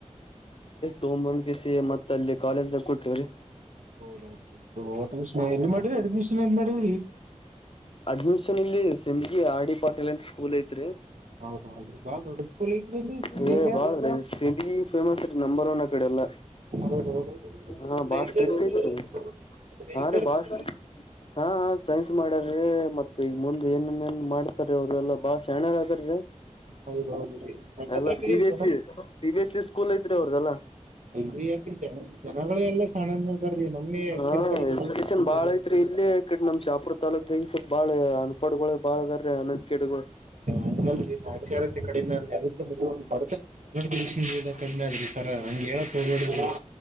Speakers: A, on the left; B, on the right.
A: ತೊಂಬೊಂದ್ ಕಿಸಿ ಮತ್ತ ಅಲ್ಲಿ ಕಾಲೇಜ್ದಗ ಕೋಟಿವ್ರಿ.
B: ಹೌದನ್ <unintelligible> ಮಾಡ್ರಿ ಅಡ್ಮಿಷನ್ ಏನ್ ಮಾಡ್ರಿ
A: ಅಡ್ಮಿಷನ್ ಇಲ್ಲಿ ಸೆಂದ್ಗಿ ಆರ್ಡಿ ಪಾಟೀಲ್ಂತ ಸ್ಕೂಲ್ ಐತ್ರಿ.
B: ಹೌದೌದ್ರಿ ಬಾಳ ದೊಡ್ಡ ಸ್ಕೂಲ್ ಐತ್ರಿ ಅಲ್ಲಿ ಸಿಂಗ್ಯಾಗ
A: ಹೇ ಬಳ್ ರಿ ಸಿಂದ್ಗಿ ಫೇಮಸ್ ನಂಬರ್ ಒನ್ ಆ ಕಡೆ ಎಲ್ಲ.
B: ಹೌದೌದು
A: ಹಾ
B: ಸೈನ್ಸ್
A: ಬಾಳ ಸ್ಟ್ರಿಕ್
B: ಇರ್ಬೇಕಲ್ರಿ
A: ಐತ್ರಿ
B: ಸೈನ್ಸ್
A: ಹಾ ರೀ
B: ಇರ್ಬೇಕಲ್ರಿ
A: ಬಾಳ ಸ್ಟ್ರಿ ಹಾ ಹಾ ಸೈನ್ಸ್ ಮಾಡ್ಯರ್ ಹೇ ಮತ್ತ್ ಈಗ ಮುಂದೆ ಏನೇನ್ ಮಾಡ್ತಾರೆ ಅವ್ರ ಎಲ್ಲಾ ಬಾಳ ಶಣರ್ ಅದರಿ
B: ಹೌದೌದ್ರಿ ಯಾಕಂದ್ರ
A: ಎಲ್ಲ
B: ಆ ಕಡೆ
A: ಸಿ ಬಿ
B: ಜನ
A: S C B S school ಐತ್ರಿ ಅವರ್ದಲ್ಲ.
B: ಇಲ್ರಿ ಯಾಕ್ರಿ ಜನ ಜನಗಳು ಎಲ್ಲಾ ಶಾಣೆನ ಅದಾರ್ರಿ ನಮ್ಮೆ ಯಾಕಿರ್
A: ಹಾ
B: ಕಡೆ
A: ಎಜುಕೇಶನ್
B: ಸ್ವಲ್ಪ
A: ಬಾಳ ಐತ್ರಿ ಇ ಇಲ್ಲಿಡೆ ನಮ್ ಶಾಪುರ್ ತಾಾಲೂಕು ಈ ಸ ಬಾಳ ಅನ್ಪಾಡ್ಗಳು ಬಾಳ ಅನ್ ಎಜುಕೇಟೆಡ್ ಗಳು
B: ಅಂಗಲ್ರೀ ಸಾಕ್ಷರತೆ ಕಡಿಮೆ <unintelligible> ಸರ ಹಂಗೆ ಹೇಳಕ್ ಹೋಗ್ಬೆಡ್ರಿ.